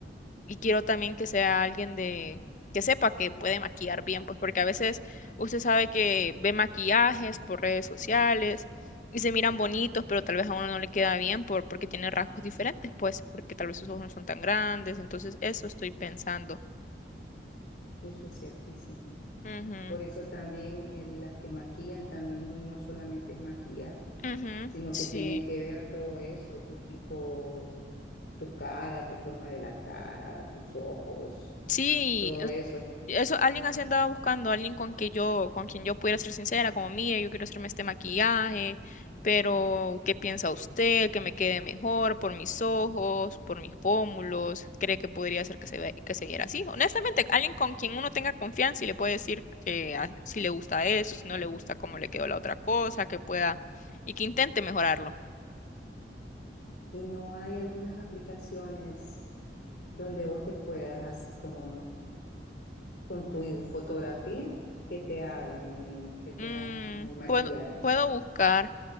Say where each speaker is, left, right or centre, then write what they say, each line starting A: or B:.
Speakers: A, on the left (about 45°); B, on the left (about 65°).
A: Y quiero también que sea alguien de, que sepa que puede maquillar bien, pues porque a veces usted sabe que ve maquillajes por redes sociales y se miran bonitos, pero tal vez a uno no le queda bien por, porque tiene rasgos diferentes, pues porque tal vez sus ojos no son tan grandes. Entonces, eso estoy pensando.
B: Eso es ciertísimo.
A: Ujú,
B: Por eso también eh, las que maquillan también no solamente es maquillar.
A: ujú,
B: sino
A: Sí,
B: que tienen que ver todo eso, tu tipo, tu cara, tu forma de la cara, tus ojos,
A: sí,
B: todo
A: es-
B: eso.
A: eso alguien así andaba buscando, alguien con que yo, con quien yo pudiera ser sincera, como mire, yo quiero hacerme este maquillaje, pero ¿qué piensa usted? Que me quede mejor por mis ojos, por mis pómulos, ¿cree que podría ser que se ve, que se viera así? Honestamente, alguien con quien uno tenga confianza y le puede decir que ah, si le gusta eso, si no le gusta cómo le quedó la otra cosa, que pueda y que intente mejorarlo.
B: Y no hay algunas aplicaciones donde vos te puedas, así como con tu fotografía, que te hagan, que te
A: Mm,
B: hagan el maquillaje.
A: puedo, puedo buscar.